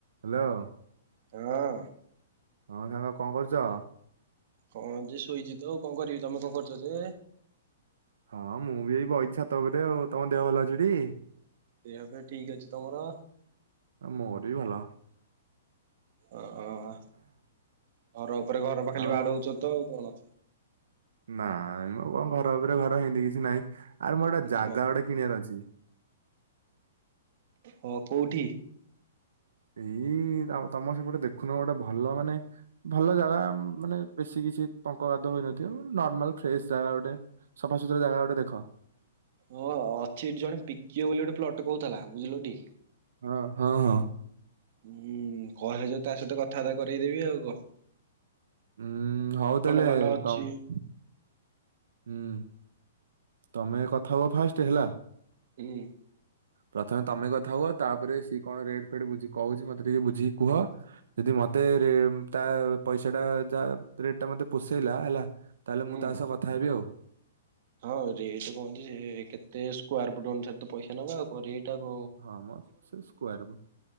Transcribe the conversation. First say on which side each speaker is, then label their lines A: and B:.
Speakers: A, on the right; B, on the right.
A: Hello?
B: ହଁ।
A: ହଁ ସାଙ୍ଗ କଣ କରୁଛ?
B: କଣ ଯେ ଶୋଇଛି ତ ଆଉ କଣ କରିବି ତମେ କଣ କରୁଛ ଯେ?
A: ହଁ ମୁଁ ବି ଏଇ ବଇଚି ଚ୍ଛାତ ଉପରେ ଆଉ ତମ ଦେହ ଭଲ ଅଛିଟି?
B: ଦେ ଫହ ଠିକ୍ ଅଛି ତମର?
A: ଅ ମୋର ବି ଭଲ।
B: ଓ-ଓ-ଅ, ଘର ଉପରେ ଘର ପା ଖାଲି
A: ଆଉ
B: ବାଡଉଛ ତ ଆଉ କଣ।
A: ନାଇଁ-ଇ-ଇ ମଁ କଣ ଘର ଉପରେ ଘର ହେମିତି କିଛି ନାହିଁ ଆରେ ମୋର ଗୋଟେ ଜାଗା
B: ନାଇଁ
A: ଗୋଟେ କିଣିବାର ଅଛି।
B: ହୋ କୋଉଠି?
A: ଏଇ-ଇ-ଇ ତମ, ତମ ସେପଟେ ଗୋଟେ ଦେଖୁନ ଗୋଟେ ଭଲ ମାନେ ଭଲ ଜାଗା ମାନେ ବେଶୀ କିଛି ପଙ୍କ‌ ଗାତ ହୋଇନଥିବ ନର୍ମାଲ ଫ୍ରେଶ୍ ଜାଗା ଗୋଟେ। ସଫାସୁୁତୁରା ଜାଗା ଗୋଟେ ଦେଖ।
B: ହଁ ଅଛି ଜଣେ ବିକିବ ବୋଲି ଗୋଟେ ପ୍ଲଟ କହୁଥିଲା ବୁଝିଲୁଟି।
A: ହଁ, ହଁ- ହଁ।
B: ହୁଁ-ଉଁ-ଉଁ, କହିବ ଯଦି ତା ସହିତ କଥାବାର୍ତ୍ତା କରେଇଦେବି ଆଉ କହ।
A: ଉଁ-ଉଁ-ଉଁ, ହଉ ତାହେଲେ
B: ଭଲ ଅଛି
A: ତମ୍ ହୁଁ, ତମେ କଥା ହବ ଫାଷ୍ଟ ହେଲା।
B: ହୁଁ।
A: ପ୍ରଥମେ ତମେ କଥା ହୁଅ ତାପରେ ସିଏ କଣ ରେଟ୍ ଫେଟ୍ ବୁଝି କହୁଛି ମତେ ଟିକେ ବୁଝିକି କୁହ। ଯଦି ମତେ ରେ ତା ପଇସାଟା ଯା ରେଟଟା ମତେ ପୋଷେଇଲା ହେଲା ତାହେଲେ
B: ହୁଁ।
A: ମୁଁ ତା ସହ କଥା ହେବି ଆଉ‌
B: ହଁ ରେଟ କଣକି ସେ କେତେ ସ୍କୋୟାର ଫୁଟ୍ ଅନୁସାରେ ତ ପଇସା ନବ ଆଉ। ପରେ ଏଇଟାକୁ
A: ହଁ ମ ସେ ସ୍କୋୟାରକୁ